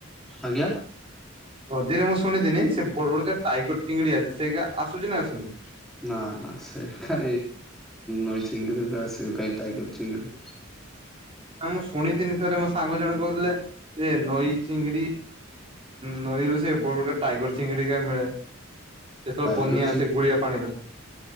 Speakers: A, in the centre; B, on the right (about 25°).
A: ଆଜ୍ଞା।
B: ନଦୀରେ ମୁଁ ଶୁଣିଥିନି ସେ ବଡ ବଡଗା ଟାଇଗର ଚିଙ୍ଗିଡି ଆସେ ସେଇଗା ଆସୁଛି ନା ଆସୁନି।
A: ନା ନା ସେ କା ନଈ ଚିଙ୍ଗିଡି ଆସିବ କାହିଁ ଟାଇଗର ଚିଙ୍ଗିଡି।
B: ନା ମୁଁ ଶୁଣିଥିନି ଥରେ ମୋ ସାଙ୍ଗ ଜଣେ କହୁଥିଲେ ଯେ ନଈ ଚିଙ୍ଗିଡି ନଈରୁ ସେ ବଡ ବଡ ଗା ଟାଇଗର ଚିଙ୍ଗିଡି ଜା ମିଳେ। ଯେତେବେଳେ
A: ଟାଇଗର
B: ବନ୍ୟା ଆସେ ଗୁଳିଆ ପାଣିର।